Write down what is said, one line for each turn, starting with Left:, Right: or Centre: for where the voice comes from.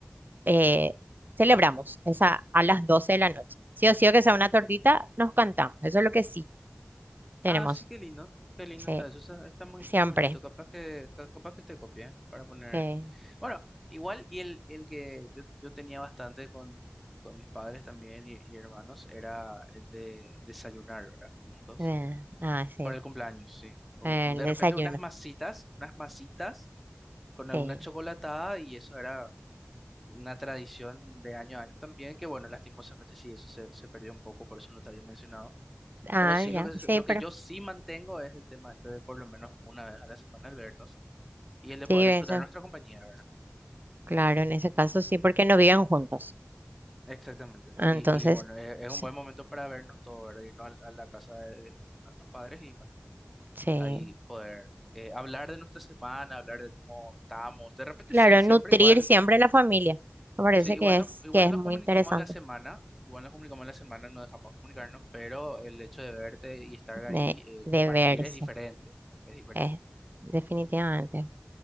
Right: eh, celebramos esa a las 12 de la noche. Sí o sí o que sea una tortita, nos cantamos. Eso es lo que sí tenemos,
Centre: Ah, sí, qué lindo. Qué lindo
Right: sí,
Centre: está eso. Está está muy,
Right: siempre.
Centre: muy bonito. Capaz que, ca- capaz que te copie, ¿eh? para poner.
Right: eh,
Centre: Bueno, igual, y el, el que yo, yo tenía bastante con, con mis padres también y, y hermanos era el de desayunar, ¿verdad? Juntos.
Right: eh, ah, sí,
Centre: Para el cumpleaños, sí. Un-
Right: el
Centre: un- De
Right: desayuno.
Centre: repente unas masitas, unas masitas. con alguna
Right: Sí.
Centre: chocolatada y eso era una tradición de año a año también, que bueno, lastimosamente sí, eso se, se perdió un poco, por eso no te había mencionado.
Right: Ah,
Centre: Pero sí,
Right: ya,
Centre: lo que, se-
Right: sí,
Centre: lo
Right: pero
Centre: que yo sí mantengo es el tema este de por lo menos una vez a la semana al vernos y el de
Right: sí,
Centre: poder
Right: eso,
Centre: disfrutar nuestra compañía, ¿verdad?
Right: claro, en ese caso sí, porque no viven juntos.
Centre: Exactamente.
Right: Entonces,
Centre: Y, y bueno, e- es,
Right: sí,
Centre: un buen momento para vernos todos, ¿verdad? Irnos al- a, la casa de nuestros padres y bueno,
Right: sí.
Centre: ahí poder eh, hablar de nuestra semana, hablar de cómo estamos. De repente
Right: Claro,
Centre: sí, siempre
Right: nutrir
Centre: igual
Right: siempre la familia. Me parece
Centre: Sí, igual
Right: que es,
Centre: nos, igual
Right: que es
Centre: nos
Right: muy
Centre: comunicamos
Right: interesante
Centre: la semana, igual nos comunicamos la semana, no dejamos de comunicarnos, pero el hecho de verte y estar
Right: de,
Centre: ahí, eh,
Right: de
Centre: partir
Right: verse,
Centre: es diferente, es diferente.
Right: eh, definitivamente.